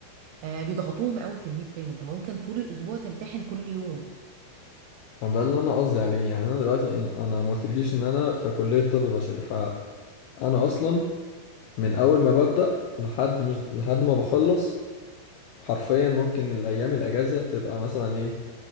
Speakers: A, on the right; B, on the left.
A: آه بيضغطوهم قوي في الميد ترم انت ممكن طول الاسبوع تمتحن كل يوم
B: ده اللي انا قصدي عليه يعني انا دلوقتي انا ما قلتلكيش ان انا في كلية طب بشري فانا اصلا من اول ما ببدأ لحد مش لحد ما بخلص حرفيا ممكن الأيام الأجازة تبقى مثلا إيه